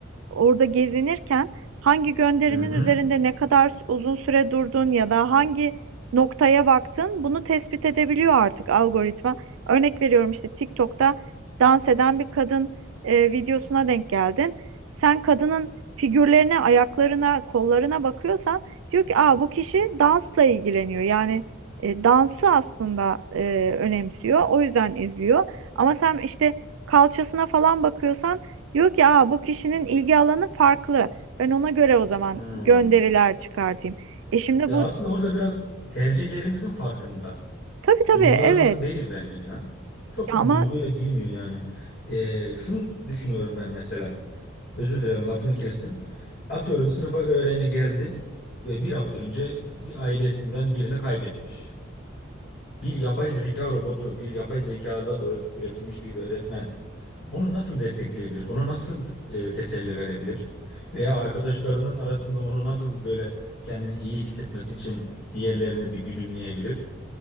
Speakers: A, on the right; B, on the left.
A: orada gezinirken hangi gönderinin
B: Hı hı.
A: üzerinde ne kadar s- uzun süre durdun ya da hangi noktaya baktın bunu tespit edebiliyor artık algoritma. Örnek veriyorum işte TikTok'ta dans eden bir kadın e, videosuna denk geldin. Sen kadının figürlerine, ayaklarına, kollarına bakıyorsan diyor ki Aa, bu kişi dansla ilgileniyor. Yani e, dansı aslında e, önemsiyor. O yüzden izliyor. Ama sen işte kalçasına falan bakıyorsan diyor ki Aa, bu kişinin ilgi alanı farklı. Ben ona göre o zaman
B: Hmm.
A: gönderiler çıkartayım. E şimdi
B: Ya
A: bu
B: aslında orada biraz tercihlerimizin farkında.
A: tabii tabii
B: Duygularımızın
A: evet.
B: değil bence ya. Çok
A: Ya
B: da
A: ama
B: duyguya girmiyor yani. E, şunu düşünüyorum ben mesela. Özür dilerim lafını kestim. Atıyorum sınıfa öğrenci geldi ve bir hafta önce bir ailesinden birini kaybetmiş. Bir yapay zeka robotu, bir yapay zekadan öğre- üretilmiş bir öğretmen onu nasıl destekleyebilir? Ona nasıl e, teselli verebilir? Veya arkadaşlarının arasında onu nasıl böyle kendini iyi hissetmesi için diğerlerine bir güdümleyebilir?